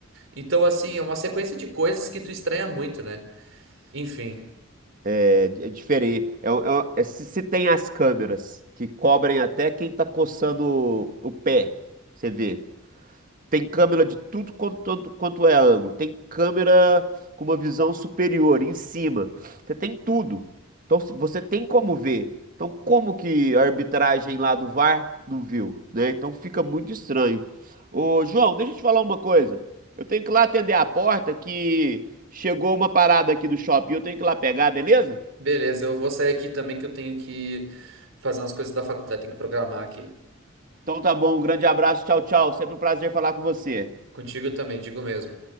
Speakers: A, on the right; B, on the right.
A: Então, assim, é uma sequência de coisas que tu estranha muito, né? Enfim,
B: é, é diferente. É, um- é um- é se, se tem as câmeras que cobrem até quem tá coçando o, o pé, você vê. Tem câmera de tudo quanto, tanto quanto é ângulo. Tem câmera com uma visão superior, em cima. Você tem tudo. Então se- você tem como ver. Então como que a arbitragem lá do VAR não viu, né? Então fica muito estranho. Ô, João, deixa eu te falar uma coisa. Eu tenho que ir lá atender a porta que chegou uma parada aqui do shopping. Eu tenho que ir lá pegar, beleza?
A: beleza, eu vou sair aqui também que eu tenho que fazer umas coisas da faculdade, tenho que programar aqui.
B: Então tá bom, um grande abraço, tchau, tchau. Sempre um prazer falar com você.
A: Contigo também, digo mesmo.